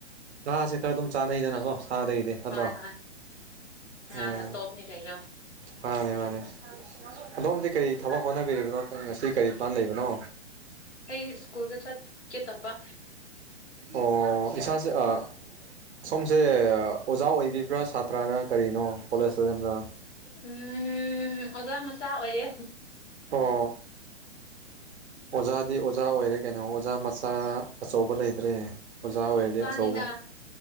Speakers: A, on the right; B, on the left.
A: ꯉꯥꯁꯦ ꯈꯔ ꯑꯗꯨꯝ ꯆꯥꯅꯩꯗꯅꯀꯣ ꯁꯥꯗꯒꯤꯗꯤ ꯅꯠꯇ꯭ꯔꯣ
B: ꯍꯣꯏ ꯍꯣꯏ ꯉꯥꯅ
A: ꯎꯝ
B: ꯇꯣꯞꯅꯤ ꯀꯩꯅꯣ
A: ꯃꯥꯅꯦ ꯃꯥꯅꯦ ꯑꯗꯣꯝꯗꯤ ꯀꯔꯤ ꯊꯕꯛ ꯍꯣꯠꯅꯕꯤꯔꯤꯕꯅꯣ ꯉꯁꯤ ꯀꯔꯤ ꯄ꯭ꯂꯥꯟ ꯂꯩꯕꯅꯣ
B: ꯑꯩ ꯁ꯭ꯀꯨꯜꯗ ꯆꯠꯀꯦ ꯇꯧꯕ
A: ꯑꯣ ꯏꯁꯥꯖꯦ ꯑ ꯁꯣꯝꯁꯦ ꯑꯣꯖꯥ ꯑꯣꯏꯕꯤꯕ꯭ꯔꯥ ꯁꯥꯇ꯭ꯔꯔ ꯀꯔꯤꯅꯣ ꯀꯣꯂꯦꯖ ꯂꯣꯁꯤꯟꯕꯔ
B: ꯎꯝ ꯑꯣꯖꯥ ꯃꯆꯥ ꯑꯣꯏꯌꯦ
A: ꯑꯣ ꯑꯣꯖꯥꯗꯤ ꯑꯣꯖꯥ ꯑꯣꯏꯔꯦ ꯀꯩꯅꯣ ꯑꯣꯖꯥ ꯃꯆꯥ ꯑꯆꯧꯕ ꯂꯩꯇ꯭ꯔꯦ ꯑꯣꯖꯥ ꯑꯣꯏꯔꯗꯤ
B: ꯃꯆꯥꯅꯤꯅ
A: ꯑꯆꯧꯕ